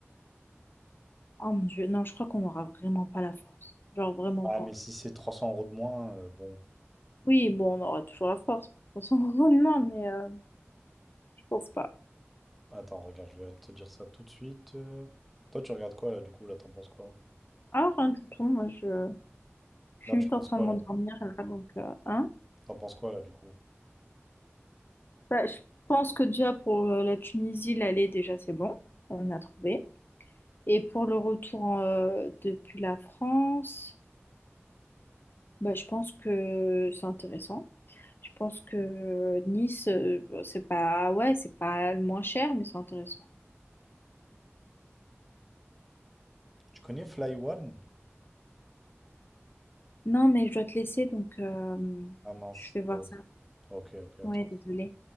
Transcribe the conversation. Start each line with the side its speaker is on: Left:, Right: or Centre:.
Left: Oh mon Dieu, non, je crois qu'on n'aura vraiment pas la force. Genre, vraiment
Centre: Ah,
Left: pas.
Centre: mais si c'est 300 euros de moins, euh, bon.
Left: Oui, bon, on aura toujours la force, de toute façon, <laughs> non, mais euh, je pense pas.
Centre: Attends, regarde, je vais te dire ça tout de suite. euh. Toi, tu regardes quoi, là, du coup? Là, t'en penses quoi?
Left: Ah, rien du tout, moi, je, je
Centre: Là,
Left: suis
Centre: tu
Left: vite
Centre: penses
Left: en train
Centre: quoi,
Left: de m'endormir,
Centre: là?
Left: là, donc, euh, hein.
Centre: T'en penses quoi, là, du coup?
Left: Bah, je pense que déjà, pour euh, la Tunisie, l'aller, déjà, c'est bon. On a trouvé. Et pour le retour en, euh, depuis la France... Bah, je pense que c'est intéressant. Je pense que Nice, euh, bon, c'est pas, ouais, c'est pas le moins cher, mais c'est intéressant.
Centre: Tu connais Fly One?
Left: Non, mais je dois te laisser, donc euh,
Centre: Ah mince.
Left: je vais voir ça.
Centre: Ok, ok, attends.
Left: Ouais, désolée.